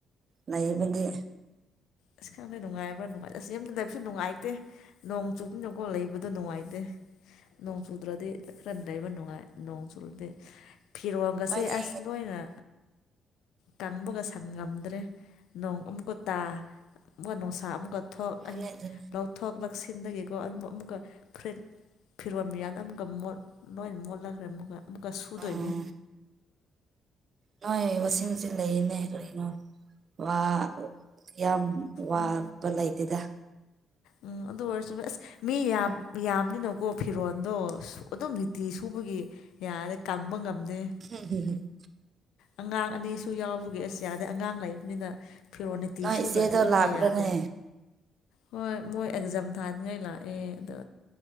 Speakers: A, on the right (about 50°); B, on the left (about 85°).
A: ꯂꯩꯕꯗꯤ
B: ꯑꯁ ꯈꯪꯗꯦ ꯅꯨꯡꯉꯥꯏꯕ꯭ꯔꯥ ꯅꯨꯡꯉꯥꯏ ꯑꯁ ꯌꯥꯝ ꯂꯩꯕꯁꯨ ꯅꯨꯡꯉꯥꯏꯇꯦ ꯅꯣꯡ ꯆꯨꯕꯤꯅꯀꯣ ꯂꯩꯕꯗꯣ ꯅꯨꯡꯉꯥꯏꯇꯦ ꯅꯣꯡ ꯆꯨꯗ꯭ꯔꯗꯤ ꯈꯔ ꯂꯩꯕ ꯅꯨꯡꯉꯥꯏ ꯅꯣꯡ ꯆꯨꯨꯔꯗꯤ ꯐꯤꯔꯣꯜꯒꯁꯦ
A: ꯅꯣꯏꯗꯤ
B: ꯑꯁ ꯂꯣꯏꯅ ꯀꯪꯕꯒ ꯁꯪ ꯉꯝꯗ꯭ꯔꯦ ꯅꯣꯡ ꯑꯃꯨꯛꯀ ꯇꯥ ꯑꯃꯨꯛꯀ ꯅꯨꯡꯁꯥ ꯑꯃꯨꯛꯀ ꯊꯣꯛ
A: ꯑꯗꯨꯅꯦ ꯑꯗꯨꯅꯦ
B: ꯂꯧꯊꯣꯛ ꯂꯧꯁꯤꯟꯗꯒꯤꯀꯣ ꯑꯃꯨꯛꯀ ꯐꯨꯔꯤꯠ ꯐꯤꯔꯣꯜ ꯃꯌꯥꯝꯅ ꯑꯃꯨꯛꯀ ꯃꯣꯠ ꯂꯣꯏꯅ ꯃꯣꯠꯂꯈ꯭ꯔꯦ ꯑꯃꯨꯛꯀ ꯑꯃꯨꯛꯀ ꯁꯨꯗꯣꯏꯅꯦ
A: ꯎꯝ ꯅꯣꯏ ꯋꯥꯁꯤꯡ ꯃꯦꯆꯤꯟ ꯂꯩꯌꯦꯅꯦ ꯀꯔꯤꯅꯣ ꯋꯥ ꯌꯥꯝ ꯋꯥꯕ
B: ꯎꯝ
A: ꯂꯩꯇꯦꯗ
B: ꯎꯝ ꯑꯗꯨ ꯑꯣꯏꯔꯁꯨ ꯑꯁ ꯃꯤ ꯌꯥꯝꯅꯤꯅꯀꯣ ꯐꯤꯔꯣꯟꯗꯣ ꯑꯁ ꯑꯗꯨꯝ ꯂꯤꯠ ꯇꯤ ꯁꯨꯕꯒꯤ ꯌꯥꯔꯦ ꯀꯪꯕ ꯉꯝꯗꯦ
A: <unintelligible>
B: ꯑꯉꯥꯡ ꯑꯅꯤꯁꯨ ꯌꯥꯎꯕꯒꯤ ꯑꯁ ꯌꯥꯗꯩ ꯑꯉꯥꯡ ꯂꯩꯕꯅꯤꯅ꯫ ꯐꯤꯔꯣꯅꯤꯇꯤ
A: ꯅꯣꯏ
B: ꯁꯨꯗ꯭ꯔꯗꯤ
A: ꯏꯆꯦꯗꯣ
B: ꯑꯃꯨꯛꯀ
A: ꯂꯥꯛꯄ꯭ꯔꯥꯅꯦ
B: ꯌꯥꯗꯦ꯫ ꯍꯣꯏ ꯃꯣꯏ ꯑꯦꯛꯖꯥꯝ ꯊꯥꯅꯤꯡꯉꯥꯏ ꯂꯥꯛꯑꯦ ꯑꯗꯣ